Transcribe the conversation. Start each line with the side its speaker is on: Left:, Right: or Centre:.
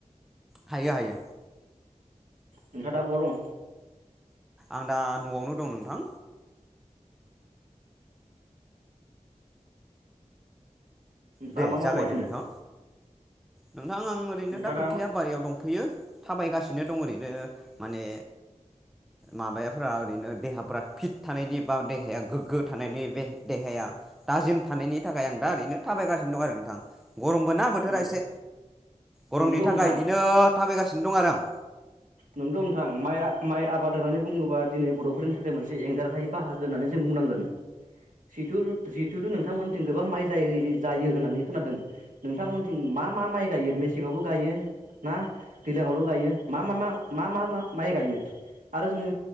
Centre: हायो हायो,
Right: नोंथांआ दा बहा दं?
Centre: आं दा न'आवनो दं नोंथां दे
Right: दा मा मावगासिनो?
Centre: जागायदो नोंथां नोंथां आं ओरैनो
Right: नोंथाङा
Centre: दा खोथिया
Right: मा
Centre: बारियाव दंफैयो। थाबायगासिनो दं ओरैनो माने माबाया फोरा ओरैनो देहाफ्रा फिट थानायनि बा देहाया गोग्गो थानायनि बे देहाया थाजिम थानायनि थाखाय आं दा ओरैनो, थाबायगासिनो दं आरो नोंथां गरमबो ना बोथोरा
Right: नो
Centre: एसे गरमनि
Right: नोंगौ
Centre: थाखाय
Right: नोंथां
Centre: बिदिनो थाबाय हारसिं दं आरो आं
Right: नंगौ नोंथां माइ आ माइ आबाद होननानै बुङोबा दिनै बर'फोरनि थाखाय मोनसे एंगारहायै बाहागो होननानै जों बुंनांगोन, जिथु जिहेथुु नोंथांमोननिथिं गोबां माइ जायो होननानै खोनादों नोंथांमोननिथिं मा मा माइ गायो मेसेंङावबो गायो ना दैज्लांङावल गायो मा मा मा मा मा माइ गायो आरो जोंङो